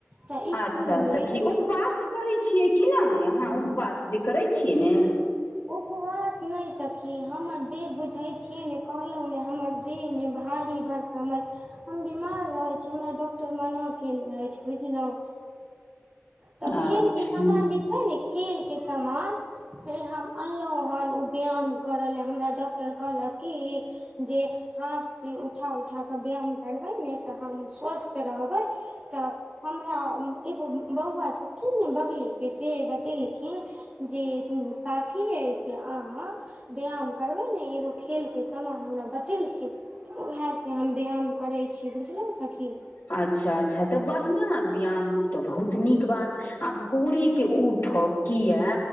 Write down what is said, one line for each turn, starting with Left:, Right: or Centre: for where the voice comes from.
Right: तऽ स्कुल
Left: अच्छा
Right: मे
Left: सखी उपवास करै छियै कि नय अहाँ उपवास जे करै छियै ने?
Right: उपवास नै सखी हमर देह बुझय छियै ने कहलहुँ ने हमर देह ने भारी भड़ कम अइ। हम बीमार रहै छी हमरा डॉक्टर मना केने अइछ बुझलौं। तऽ खेल
Left: अच्छा
Right: के समान जे छै ने खेल के समान से हम अनलहुँ हन उ व्याम करऽ लेए हमरा डॉक्टर कहलक कि जे हाथ से उठा - उठा क व्याम करबै ने तऽ हम स्वस्थ रहबै। तऽ हमरा एगो बौवा छथिन ने बगले के से बतेलखिन। जे काकी यै से अहाँ व्याम करबै ने एगो खेल के समान हमरा बतेलखिन त ओहेए से हम व्याम करै छी बुझलौ सखी।
Left: अच्छा अच्छा त बढ़ियां व्याम त बहुत नीक बात आ भोरे के उठब कियेए